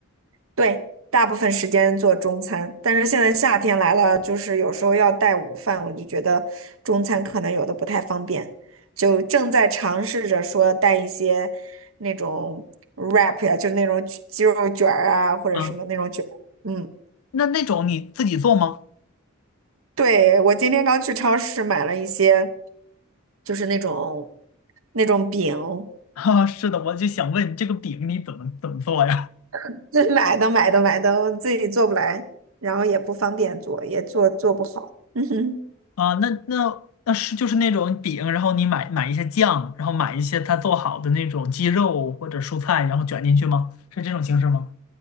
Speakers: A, on the right (about 70°); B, on the left (about 80°).
A: 对，大部分时间做中餐，但是现在夏天来了，就是有时候要带午饭，我就觉得中餐可能有的不太方便，就正在尝试着说带一些那种 wrap 呀，就是那种鸡肉卷儿啊，或者什么那种卷儿，
B: 啊，
A: 嗯。
B: 那那种你自己做吗？
A: 对，我今天刚去超市买了一些，就是那种那种饼，
B: <laughs> 啊，是的，我就想问这个饼你怎么怎么做呀？
A: <laughs> 这买的买的买的，我自己做不来，然后也不方便做，也做做不好。<laughs> 嗯哼，
B: 啊，那那那是就是那种饼，然后你买买一些酱，然后买一些它做好的那种鸡肉或者蔬菜，然后卷进去吗？是这种形式吗？